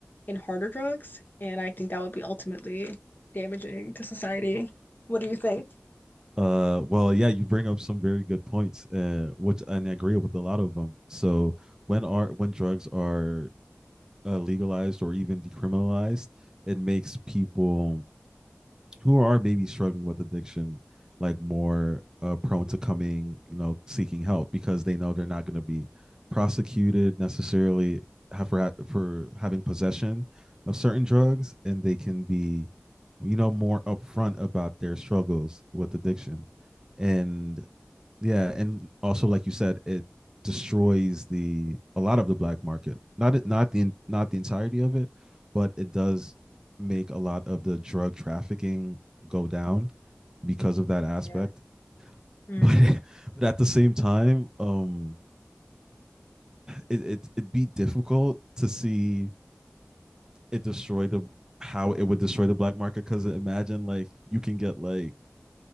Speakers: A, on the left; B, on the right.
A: in harder drugs, and I think that would be ultimately damaging to society. What do you think?
B: uh, well, yeah, you bring up some very good points, uh, which and I agree with a lot of them. So when are when drugs are uh, legalized or even decriminalized, it makes people who are maybe struggling with addiction like more uh, prone to coming you know seeking help because they know they're not going to be prosecuted necessarily for for having possession of certain drugs and they can be you know more upfront about their struggles with addiction and yeah, and also like you said, it destroys the a lot of the black market. Not not the not the entirety of it, but it does make a lot of the drug trafficking go down because of that aspect.
A: Yeah.
B: <laughs>
A: Mm.
B: But but at the same time, um, it it it'd be difficult to see it destroy the how it would destroy the black market because imagine like you can get like